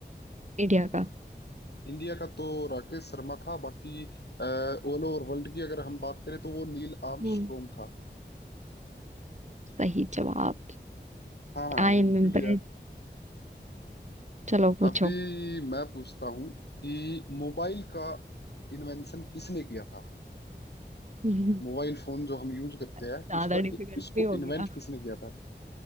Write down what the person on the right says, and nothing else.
इंडिया का
हम्म
सही जवाब
I
am impress
चलो पूछो
हम्म,
ये
ज्यादा
डिफिकल्ट
भी हो गया